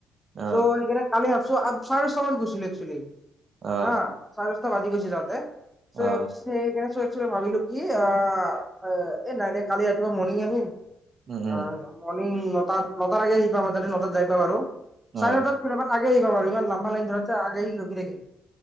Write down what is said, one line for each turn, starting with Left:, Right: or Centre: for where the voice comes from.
Right: অ
Centre: চ' সেইকাৰণে কালি ভাবছো চাৰে দশটা মান গৈছিলো একচুৱেলি
Right: অ
Centre: হা। চাৰে দশটা বাজি গৈছে যাওঁতে।
Right: অ
Centre: সেইকাৰণে চৰে চৰে ভাবিলো কি আ এই নাই কালি ৰাতিপুৱা মৰণিং আহিম।
Right: উম উম
Centre: অঁ মৰ্ণিং নটা নটা আহি পাম, তাতে নটাত যাই পাম আৰু। চাৰে
Right: অ
Centre: নটাত কেতিয়াবা আগে আহি ইমান লম্বা লাইন ধৰাতে আগে আহি ৰখি থাকিম।